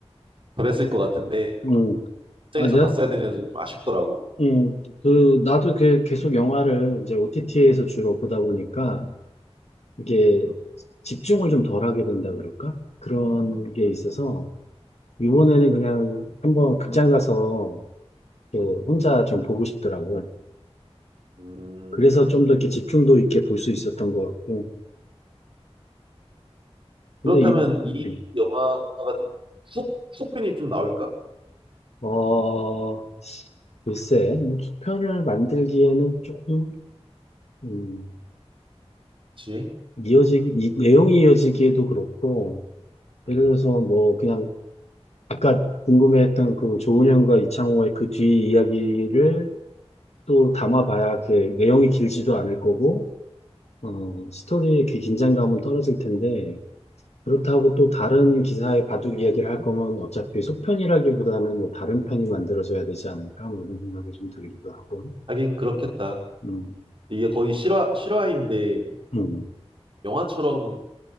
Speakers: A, on the right; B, on the left.
A: 덜했을 것 같은데
B: 음.
A: 극장에서
B: 아, 내,
A: 봤어야 되면 좀 아쉽더라고.
B: 음, 그, 나도 그 계속 영화를 이제 OTT에서 주로 보다 보니까 이게 집중을 좀 덜 하게 된다 그럴까? 그런 게
A: 음,
B: 있어서 이번에는 그냥 한번 극장 가서 이렇게 혼자 좀 보고 싶더라고.
A: 음.
B: 그래서 좀 더 이렇게 집중도 있게 볼 수 있었던 것 같고. 근데
A: 그렇다면
B: 이, 음.
A: 이 영화가 좀 후속, 후속편이 좀 나올까?
B: 어, 글쎄, 뭐 속편을 만들기에는 조금, 음,
A: 그치?
B: 이어지기, 이- 내용이 이어지기에도 그렇고,
A: 음.
B: 예를 들어서 뭐, 그냥, 아까 궁금해했던 그 조은현과 이창호의 그 뒤 이야기를 또 담아봐야 그 내용이 길지도 않을 거고, 어, 스토리의 그 긴장감은 떨어질 텐데, 그렇다고 또 다른 기사의 바둑 이야기를 할 거면 어차피 속편이라기보다는 뭐 다른 편이 만들어져야 되지 않을까, 뭐 이런 생각이 좀 들기도 하고,
A: 하긴 그렇겠다.
B: 음.
A: 이게 거의 실화, 실화인데
B: 음.
A: 영화처럼